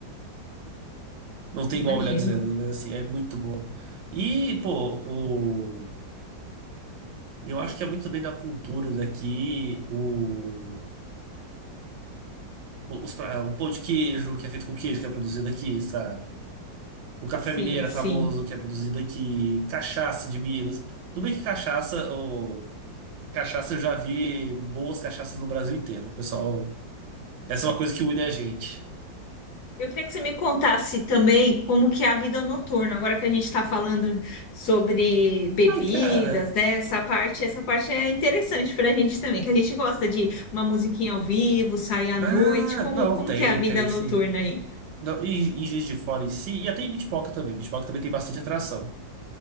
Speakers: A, on the right; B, on the left.
A: Não tem
B: Imagino.
A: igual, melhor dizendo, né? mas assim, é muito boa. E, pô, Eu acho que é muito também da cultura daqui, o, os, pra- o pão de queijo, que é feito com queijo, que é produzido aqui, sabe? O café
B: Sim,
A: mineiro
B: sim.
A: é famoso, que é produzido aqui, cachaça de Minas. Tudo bem que cachaça, o, cachaça eu já vi boas cachaças no Brasil inteiro, pessoal. Essa é uma coisa que une a gente.
B: Eu queria que você me contasse também como que é a vida noturna, agora que a gente está falando sobre bebidas,
A: Ai, cara.
B: né? Essa parte, essa parte é interessante para a gente também, que a gente gosta de uma musiquinha ao vivo, sair à
A: Ah,
B: noite. Como,
A: não,
B: como
A: tem,
B: que é a vida
A: tem
B: noturna
A: sim.
B: aí?
A: Não, e em Juiz de Fora em si, e até em Bitpoca também. Bitpoca também tem bastante atração.